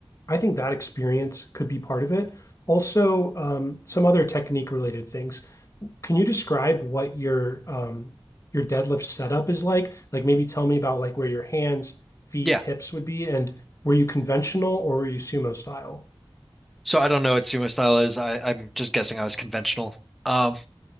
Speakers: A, on the left; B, in the centre.
A: I think that experience could be part of it. Also, um, some other technique-related things. Can you describe what your um, your deadlift setup is like? Like Maybe tell me about like where your hands, feet,
B: Yeah.
A: hips would be, and were you conventional or were you sumo style?
B: So I don't know what sumo style is. I, I'm just guessing I was conventional. Um,